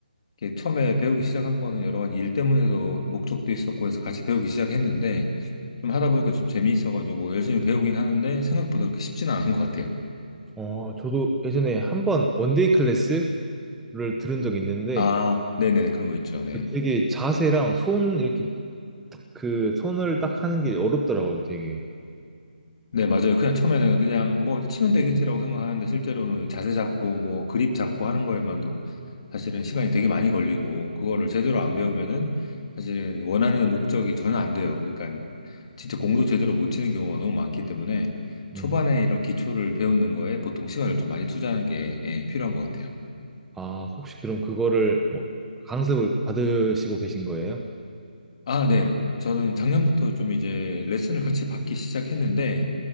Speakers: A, on the left (about 40°); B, in the centre.
A: 이게 처음에 배우기 시작한 거는 여러 가지 일 때문에도 목적도 있었고 해서 같이 배우기 시작했는데 좀 하다 보니까 좀 재미있어가지고 열심히 배우긴 하는데 생각보다 그렇게 쉽지는 않은 것 같아요.
B: 어, 저도 예전에 한번 원데이 클래스를 들은 적이 있는데
A: 아, 네네네. 그런 거 있죠. 네.
B: 그 되게 자세랑 손 이렇게 딱 그 손을 딱 하는 게 어렵더라고요, 되게.
A: 네, 맞아요. 그냥 처음에는 그냥 뭐 치면 되겠지라고 생각하는데 실제로는 자세 잡고 뭐 그립 잡고 하는 거에만도 사실은 시간이 되게 많이 걸리고 그거를 제대로 안 배우면은 사실은 원하는 목적이 전혀 안 돼요. 그러니까 진짜 공도 제대로 못 치는 경우가 너무 많기 때문에 초반에
B: 음.
A: 이런 기초를 배우는 거에 보통 시간을 좀 많이 투자하는 게 예, 필요한 것 같아요.
B: 아, 혹시 그럼 그거를 뭐 강습을 받으시고 계신 거예요?
A: 아, 네. 저는 작년부터 좀 이제 레슨을 같이 받기 시작했는데,